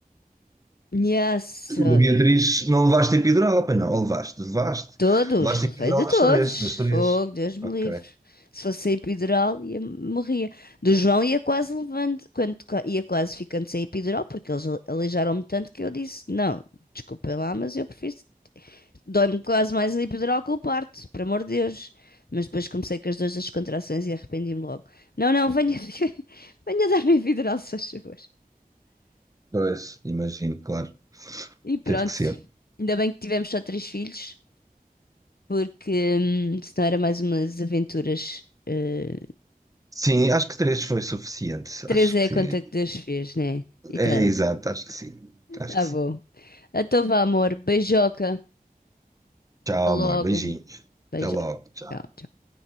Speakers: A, on the left (about 75°); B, on the right (about 20°).
A: Nhassa.
B: Tu, da Beatriz, não levaste epidural, pois não? Ou levaste? Levaste?
A: Todos,
B: Levaste
A: levei
B: epidural
A: de todos.
B: das três, das três.
A: Fogo, Deus me
B: Ok.
A: livre. Se fosse epidural, ia, morria. Do João ia quase levando, quando ca- ia quase ficando sem epidural, porque eles alijaram-me tanto que eu disse: Não, desculpem lá, mas eu prefiro Dói-me quase mais a epidural que o parto, por amor de Deus. Mas depois comecei com as duas das contrações e arrependi-me logo. Não, não, venha, <laughs> venha dar-me a epidural, se faz favor.
B: Dois, imagino, claro.
A: E pronto.
B: Teve que ser.
A: Ainda bem que tivemos só três filhos, porque hum, senão era mais umas aventuras. eh,
B: Sim, acho que três foi suficiente.
A: três
B: Acho
A: é
B: que.
A: a conta que Deus fez, né? E
B: É,
A: tá,
B: exato, acho que sim. Acho
A: tá
B: que sim.
A: bom. Então vá, amor. Beijoca.
B: Tchau,
A: Até logo.
B: amor. Beijinhos.
A: Beijo.
B: Até logo. Tchau.
A: Tchau, tchau.